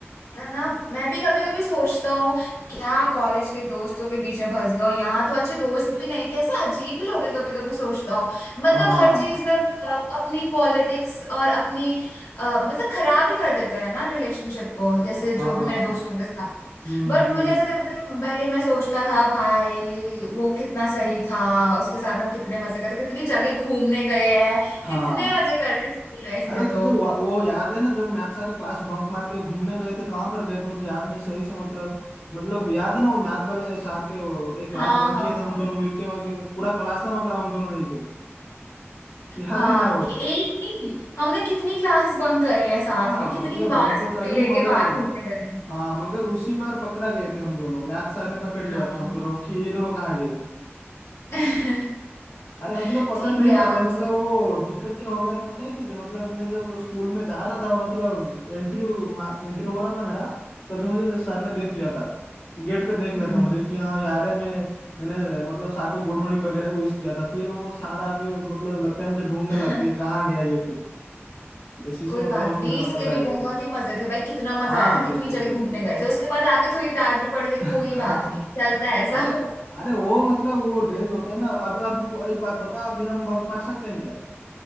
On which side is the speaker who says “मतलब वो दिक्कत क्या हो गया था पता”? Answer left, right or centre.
Left